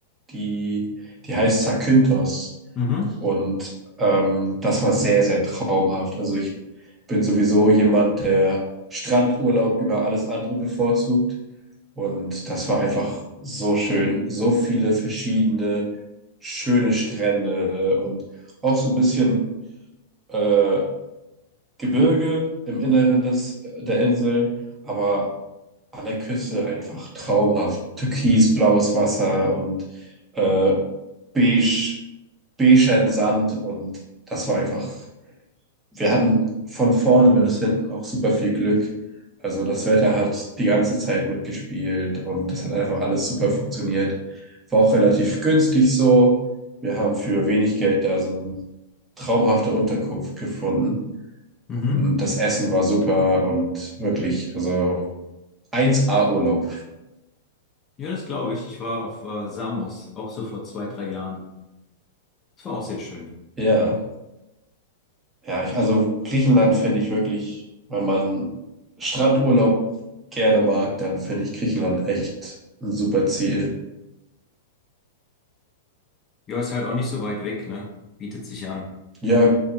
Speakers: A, on the right; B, on the left.
A: die, die heißt Zakynthos.
B: Mhm,
A: Und ähm, das war sehr, sehr traumhaft. Also ich bin sowieso jemand, der Strandurlaub über alles andere bevorzugt. Und das war einfach so schön, so viele verschiedene schöne Strände und auch so ein bisschen äh, Gebirge im Inneren des, der Insel, aber an der Küste einfach traumhaft. Türkisblaues Wasser und äh, beige, beiger Sand und das war einfach, wir hatten von vorne bis hinten auch super viel Glück. Also das Wetter hat die ganze Zeit mitgespielt und das hat einfach alles super funktioniert. War auch relativ günstig so. Wir haben für wenig Geld da so eine traumhafte Unterkunft gefunden
B: mhm.
A: und das Essen war super und wirklich, also 1A Urlaub.
B: Ja, das glaube ich. Ich war auf äh, Samos, auch so vor zwei, drei Jahren. Das war auch sehr schön.
A: Ja. Ja, ich, also Griechenland finde ich wirklich, wenn man Strandurlaub gerne mag, dann finde ich Griechenland echt ein super Ziel.
B: Ja, ist halt auch nicht so weit weg, ne? Bietet sich an.
A: Ja,